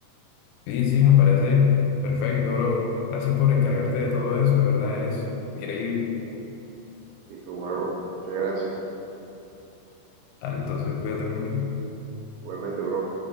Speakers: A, on the left; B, on the right.
A: Sí, sí, me parece perfecto, bro. Gracias por encargarte de todo eso, de verdad, eres increíble.
B: Listo, bro. Muchas gracias.
A: Dale, entonces cuídate mucho.
B: Igualmente, bro.